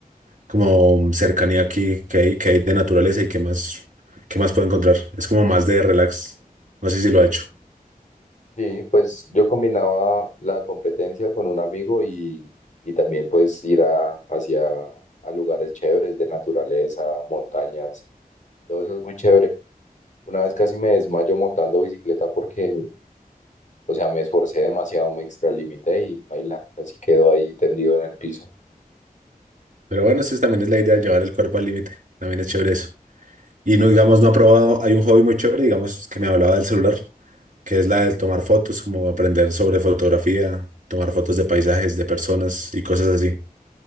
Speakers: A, on the right; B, on the left.
A: como cercanía aquí que hay, que hay de naturaleza y qué más, qué más puedo encontrar. Es como más de relax. No sé si lo ha hecho.
B: Sí, pues yo combinaba la competencia con un amigo y, y también pues ir a, hacia a lugares chéveres de naturaleza, montañas, todo eso es muy chévere. Una vez casi me desmayo montando bicicleta porque, o sea, me esforcé demasiado, me extralimité y baila, así quedó ahí tendido en el piso.
A: Pero bueno, esa también es la idea, llevar el cuerpo al límite. También es chévere eso. Y no, digamos, no ha probado, hay un hobby muy chévere, digamos, que me hablaba del celular, que es la de tomar fotos, como aprender sobre fotografía, tomar fotos de paisajes, de personas y cosas así.